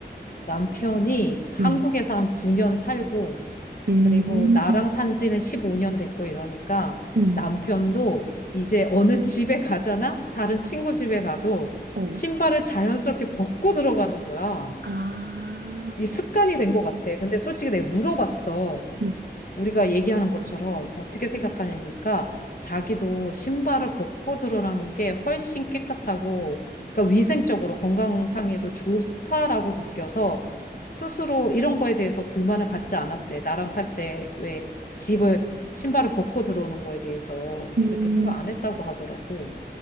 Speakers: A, on the left; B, on the right.
A: 남편이 한국에서
B: 음.
A: 한 9년 살고,
B: 음.
A: 그리고 나랑 산 지는 15년 됐고 이러니까
B: 음.
A: 남편도 이제 어느 집에 가잖아? 다른 친구 집에 가도
B: 어.
A: 신발을 자연스럽게 벗고 들어가는 거야.
B: 아.
A: 이 습관이 된 것 같아. 근데 솔직히 내가 물어봤어.
B: 음.
A: 우리가 얘기하는 것처럼 어떻게 생각하냐니까 자기도 신발을 벗고 들어가는 게 훨씬 깨끗하고 그러니까 위생적으로 건강상에도 좋다라고 느껴서 스스로 이런 거에 대해서 불만을 갖지 않았대. 나랑 살 때 왜 집을 신발을 벗고 들어오는 거에 대해서
B: 음.
A: 그렇게 생각 안 했다고 하더라고.